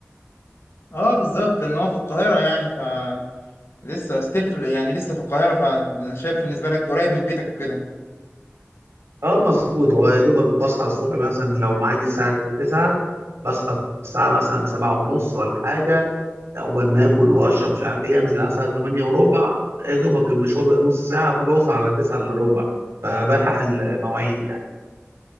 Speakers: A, on the left; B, on the right.
A: اه بالظبط لان هو في القاهرة يعني ف لسه ستيل في يعني لسه في القاهرة فانا شايف بالنسبة لك قريب من بيتك كده
B: اه مظبوط هو يا دوبك بصحى الصبح مثلا لو معادي الساعة 9 بصحى الساعة مثلا 7 ونص ولا حاجة عقبال ما آكل وأشرب مش عارف إيه أنزل على الساعة 8 وربع يا دوبك المشوار بيبقى نص ساعة فبوصل على 9 إلا ربع فبلحق المواعيد يعني